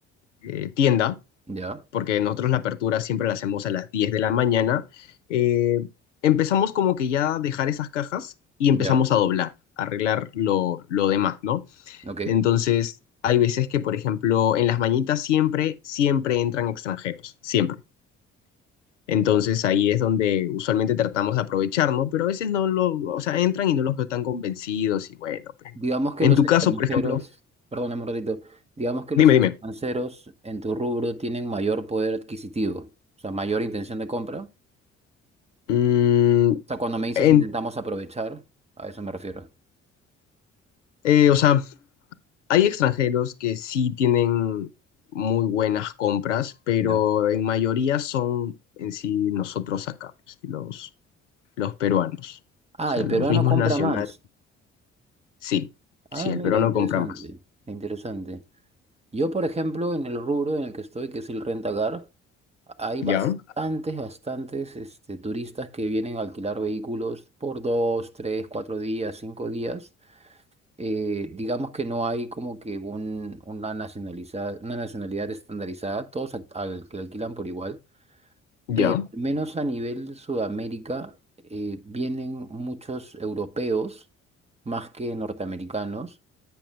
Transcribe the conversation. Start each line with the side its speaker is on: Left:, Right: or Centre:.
Left: eh, tienda,
Right: Ya.
Left: porque nosotros la apertura siempre la hacemos a las 10 de la mañana, eh, empezamos como que ya a dejar esas cajas y empezamos
Right: Ya.
Left: a doblar, a arreglar lo, lo demás, ¿no?
Right: Ok.
Left: Entonces, hay veces que, por ejemplo, en las mañitas siempre, siempre entran extranjeros, siempre. Entonces ahí es donde usualmente tratamos de aprovechar, ¿no? Pero a veces no lo, o sea, entran y no los veo tan convencidos y bueno, pues
Right: Digamos
Left: no.
Right: que
Left: En
Right: los
Left: tu
Right: extranjeros,
Left: caso, por ejemplo,
Right: perdón, un ratito. digamos que
Left: dime,
Right: los extranjeros
Left: dime.
Right: en tu rubro tienen mayor poder adquisitivo, o sea, mayor intención de compra. O
Left: Mm,
Right: sea, cuando me dices
Left: en-
Right: intentamos aprovechar, a eso me refiero.
Left: eh, o sea, hay extranjeros que sí tienen muy buenas compras, pero
Right: Ya.
Left: en mayoría son en sí nosotros acá, pues, los, los peruanos.
Right: Ah,
Left: O sea,
Right: el
Left: los
Right: peruano
Left: mismos
Right: compra
Left: nacionales.
Right: más.
Left: Sí,
Right: Ah,
Left: sí, el
Right: mira,
Left: peruano
Right: interesante.
Left: compra más.
Right: Interesante. Yo, por ejemplo, en el rubro en el que estoy, que es el rentacar, hay bastantes,
Left: Ya,
Right: bastantes este, turistas que vienen a alquilar vehículos por dos, tres, cuatro días, cinco días. Eh, digamos que no hay como que un, una nacionaliza una nacionalidad estandarizada, todos al, al- que alquilan por igual,
Left: ya,
Right: pero al menos a nivel Sudamérica eh, vienen muchos europeos más que norteamericanos